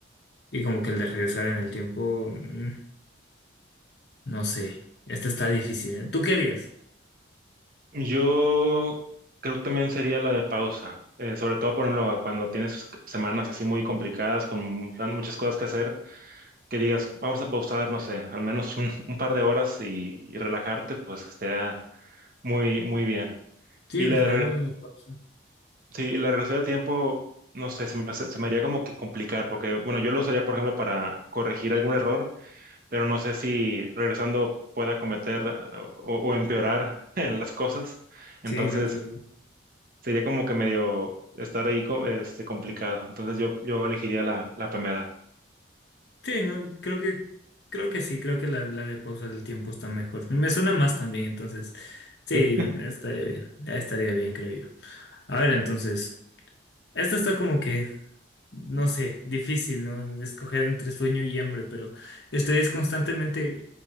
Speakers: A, on the left (about 60°); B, on the right (about 45°).
A: y como que el de regresar en el tiempo, mm, no sé, esto está difícil, ¿eh? ¿Tú qué harías?
B: Yo creo que también sería la de pausa, eh, sobre todo, por ejemplo, cuando tienes semanas así muy complicadas, con tan- muchas cosas que hacer, que digas, vamos a pausar, no sé, al menos un, un par de horas y, y relajarte, pues estaría muy, muy bien.
A: Sí,
B: Y
A: ¿verdad?
B: la, de
A: Lo
B: reg-
A: de pausa.
B: sí, y la de regresar del tiempo, no sé, se me, hace- se me haría como que complicar, porque, bueno, yo lo usaría, por ejemplo, para corregir algún error pero no sé si regresando pueda cometer eh, o, o empeorar <laughs> en las cosas. Entonces
A: Sí, no es verdad.
B: sería como que medio estar ahí co- este, complicado. Entonces yo, yo elegiría la, la primera.
A: Sí, no, creo que, creo que sí, creo que la, la de pausa del tiempo está mejor. Me suena más también, entonces, sí,
B: Sí.
A: estaría bien, ya estaría bien, creo yo. A ver, entonces, esta está como que, no sé, difícil, ¿no? Escoger entre sueño y hambre, pero ¿estarías constantemente,